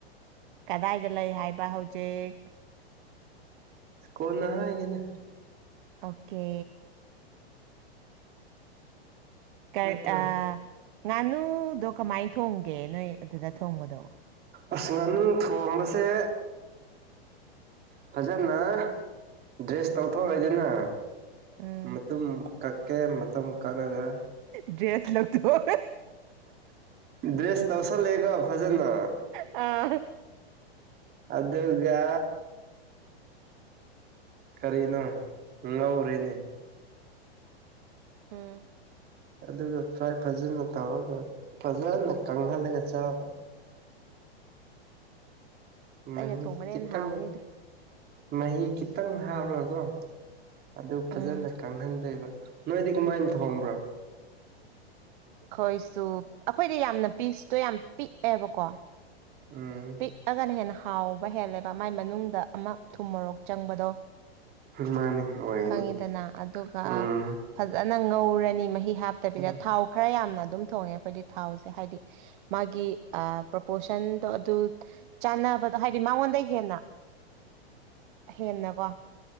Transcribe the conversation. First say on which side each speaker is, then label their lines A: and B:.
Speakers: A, on the right; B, on the right.
A: ꯀꯗꯥꯏꯗ ꯂꯩ ꯍꯥꯏꯕ ꯍꯧꯖꯤꯛ
B: ꯀꯣꯟꯅ ꯍꯥꯏꯅꯤꯗ
A: ꯑꯣꯀꯦ ꯀꯩ
B: ꯅꯠꯇ꯭ꯔꯣ
A: ꯑ ꯉꯥꯅꯨꯗꯣ ꯀꯃꯥꯏ ꯊꯣꯡꯒꯦ ꯅꯣꯏ ꯑꯗꯨꯗ ꯊꯣꯡꯕꯗꯣ
B: ꯑꯁ ꯉꯥꯅꯨ ꯊꯣꯡꯕꯁꯦ ꯐꯖꯅ ꯗ꯭ꯔꯦꯁ ꯇꯧꯊꯣꯡꯑꯗꯅ
A: ꯎꯝ
B: ꯃꯇꯝꯨ ꯀꯛꯀꯦ ꯃꯇꯝꯨ ꯀꯛꯂꯗ
A: ꯗ꯭ꯔꯦꯁ ꯂꯧꯊꯣꯛ
B: ꯗ꯭ꯔꯦꯁ ꯇꯧꯁꯜꯂꯦꯀꯣ ꯐꯖꯅ
A: ꯑꯥ
B: ꯑꯗꯨꯒ ꯀꯔꯤꯅꯣ ꯉꯧꯔꯅꯤ
A: ꯎꯝ
B: ꯑꯗꯨꯒ ꯐ꯭ꯔꯥꯏ ꯐꯖꯅ ꯇꯧꯔꯒ ꯐꯖꯅ ꯀꯪꯍꯜꯂꯒ ꯆꯥꯕ <unintelligible>
A: ꯑꯩꯅ
B: ꯃꯍꯤ
A: ꯊꯣꯡꯕꯅꯦꯅ
B: ꯈꯤꯇꯪ
A: ꯍꯥꯎꯅꯤꯗ
B: ꯃꯍꯤ ꯈꯤꯇꯪ ꯍꯥꯥꯞꯔꯒ ꯑꯗꯨ ꯐꯖꯅ
A: ꯎꯝ
B: ꯀꯪꯍꯟꯗꯣꯏꯕ ꯅꯣꯏꯗꯤ ꯀꯃꯥꯏꯅ ꯊꯣꯡꯕ꯭ꯔꯣ <unintelligible>
A: ꯑꯩꯈꯣꯏꯁꯨ ꯑꯩꯈꯣꯏꯗꯤ ꯌꯥꯝꯅ ꯄꯤꯁꯇꯣ ꯌꯥꯝ ꯄꯤꯛꯑꯦꯕꯀꯣ
B: ꯎꯝ
A: ꯄꯤꯛꯑꯒꯅ ꯍꯦꯟꯅ ꯍꯥꯎꯕ ꯍꯦꯜꯂꯦꯕ ꯃꯥꯏ ꯃꯅꯨꯡꯗ ꯑꯃ ꯊꯨꯝꯃꯣꯔꯣꯛ ꯆꯪꯕꯗꯣ
B: ꯃꯥꯅꯤ ꯑꯣꯏꯅꯤ
A: ꯈꯪꯉꯤꯗꯅ ꯑꯗꯨꯒ
B: ꯎꯝ
A: ꯐꯖꯟ ꯅ ꯉꯧꯔꯅꯤ ꯃꯍꯤ ꯍꯥꯞꯇꯕꯤꯗ
B: ꯎꯝ
A: ꯊꯥꯎ ꯈꯔ ꯌꯥꯝꯅ ꯑꯗꯨꯝ ꯊꯣꯡꯉꯦ ꯑꯩꯈꯣꯏꯒꯤ ꯊꯥꯎꯁꯦ ꯍꯥꯏꯗꯤ ꯃꯥꯒꯤ ꯄ꯭ꯔꯣꯄꯣꯁꯟꯗꯣ ꯑꯗꯨ ꯆꯥꯟꯅꯕꯗꯣ ꯍꯥꯏꯗꯤ ꯃꯉꯣꯟꯗ ꯍꯦꯟꯅ ꯍꯦꯟꯅꯀꯣ